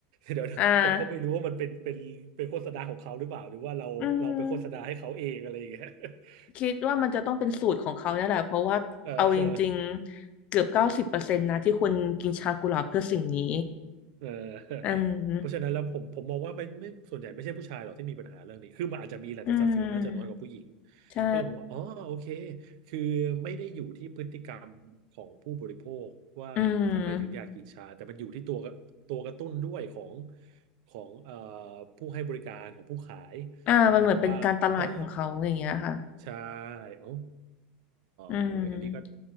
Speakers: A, on the right; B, on the left.
A: เดี๋ยวนะผมก็ไม่รู้ว่ามันเป็นเป็นเป็นโฆษณาของเขาหรือเปล่าหรือว่าเราเราไปโฆษณาให้เขาเองอะไรอย่างเงี้ย
B: อ่า อืม
A: <laughs>
B: คิดว่ามันจะต้องเป็นสูตรของเขาเนี่ยแหละ เพราะว่า
A: เออ
B: เอาจริงๆ เกือบเก้าสิบเปอร์เซ็นต์นะที่คนกินชากุหลาบเพื่อสิ่งนี้
A: เออ <laughs>
B: อืม
A: เพราะฉะนั้นแล้วผมผมมองว่าไม่ไม่ส่วนใหญ่ไม่ใช่ผู้ชายหรอกที่มีปัญหาเรื่องนี้คือมันอาจจะมีแหละแต่สัดส่วนน่าจะน้อยกว่าผู้หญิง
B: อืมใช่
A: ก็เลยมองว่าอ๋อโอเคคือไม่ได้อยู่ที่พฤติกรรมของผู้บริโภคว่าทำไมถึงอยากกินชาแต่มันอยู่ที่ตัวกระตัวกระตุ้นด้วยของ
B: อืม
A: ของเอ่อผู้ให้บริการของผู้ขาย
B: อ่ามันเหมือนเป็นการตลาดของเขาอย่างเงี้ยค่ะ
A: ว่าเออ ใช่อ๋อ
B: อืม
A: โอ้ยอันนี้ก็